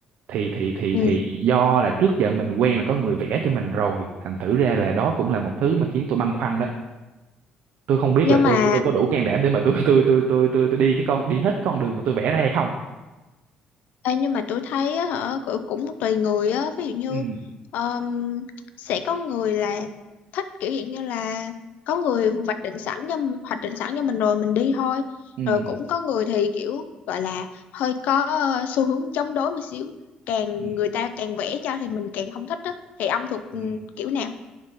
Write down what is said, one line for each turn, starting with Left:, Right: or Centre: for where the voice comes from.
Right: thì thì thì
Left: ừ.
Right: thì do là trước giờ mình quen là có người vẽ cho mình rồi thành thử ra là đó cũng là một thứ mà khiến tôi băn khoăn đó tôi không biết
Left: nhưng
Right: là tôi
Left: mà
Right: tôi có đủ can đảm để mà tôi tôi tôi tôi tôi tôi đi cái con đi hết con đường mà tôi vẽ ra hay không
Left: ê, nhưng mà tôi thấy á, hả cũng cũng tùy người á ví dụ như
Right: ừ
Left: ờm, sẽ có người là thích kiểu dạng như là có người hoạch định sẵn cho hoạch định sẵn cho mình rồi mình đi thôi
Right: ừ
Left: rồi cũng có người thì kiểu gọi là hơi có ờ, xu hướng chống đối một xíu càng
Right: ừ
Left: người ta càng vẽ cho thì mình càng không thích á thì ông thuộc ừ,
Right: ừ.
Left: kiểu nào